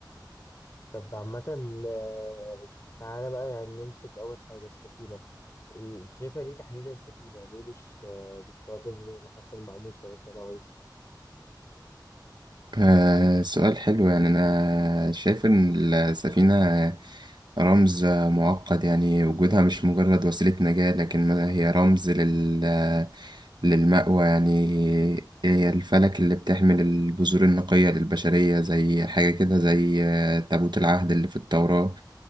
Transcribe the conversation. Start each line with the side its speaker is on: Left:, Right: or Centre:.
Left: طب عامة آه، تعالى بقى يعني نمسك أول حاجة السفينة إيه أنت شايفها ليه تحديدا سفينة؟ ليه مش آه، مش معجزة زي ما حصل مع موسى مثلا أو عيسى؟
Right: آه، سؤال حلو يعني أنا شايف إن السفينة رمز معقد يعني وجودها مش مجرد وسيلة نجاة لكن ما- هي رمز لل للمأوى يعني هي الفلك اللي بتحمل البذور النقية للبشرية زي حاجة كده زي تابوت العهد اللي في التوراة